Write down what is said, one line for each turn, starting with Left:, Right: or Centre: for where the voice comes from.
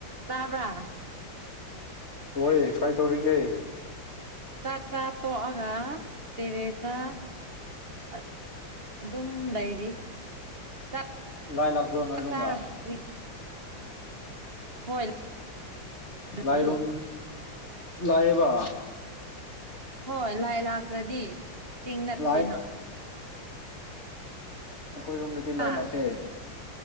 Right: ꯇꯥꯕ꯭ꯔꯥ
Left: ꯍꯣꯏ ꯀꯩ ꯇꯧꯔꯤꯒꯦ
Right: ꯆꯥꯛ ꯆꯥ ꯇꯣꯑꯒ ꯇꯦꯔꯦꯁꯥ ꯑ ꯑꯗꯨꯝ ꯂꯩꯔꯤ ꯆꯥꯛ
Left: ꯂꯥꯏ ꯂꯥꯛꯄ꯭ꯔꯣ ꯅꯣꯏ ꯅꯨꯡꯗ
Right: ꯆꯥꯔꯕ ꯍꯧꯖꯤꯛ ꯍꯣꯏ ꯂꯥꯛꯏ
Left: ꯂꯥꯏꯔꯣꯡ ꯂꯥꯏꯑꯌꯦꯕ
Right: ꯍꯣꯏ ꯂꯥꯏ ꯂꯥꯛꯇ꯭ꯔꯗꯤ ꯆꯤꯡ ꯅꯠꯇꯦꯅ
Left: ꯂꯥꯛꯑꯦ ꯑꯩꯈꯣꯏ ꯔꯣꯝꯗꯗꯤ
Right: ꯍꯥ
Left: ꯂꯥꯏ ꯂꯥꯛꯇꯦ